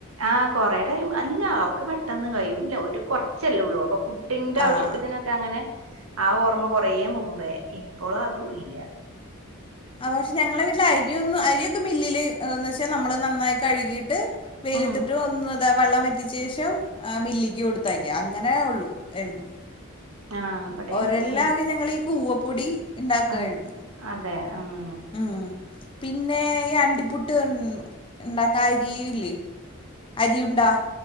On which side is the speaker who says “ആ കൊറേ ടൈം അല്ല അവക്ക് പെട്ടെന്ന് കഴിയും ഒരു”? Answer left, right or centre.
Right